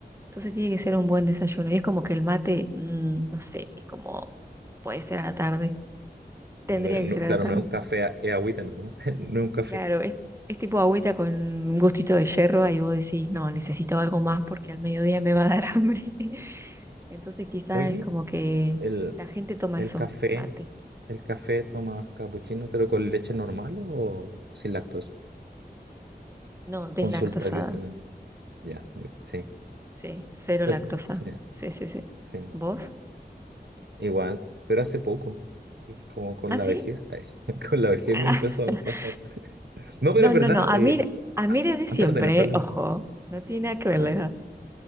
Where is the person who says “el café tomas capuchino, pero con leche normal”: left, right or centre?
Right